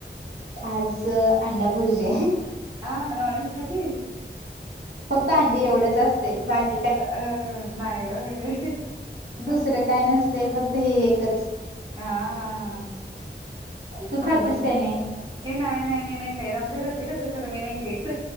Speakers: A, on the right; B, on the right.
A: आज अ अंडा भुर्जी
B: आ नॉन व्हेज खाती
A: फक्त अंडी एवढंच असतय बाक
B: अ नाय व्हय
A: दुसरं काय नसतंय फक्त हे एकच
B: आ आ हा तेच
A: तू
B: म्हणलं
A: खातीस काय नाही
B: ये नाय नाय मी नाय खाईत आमच्या घरचे खातात खरं मी नाय खाईत.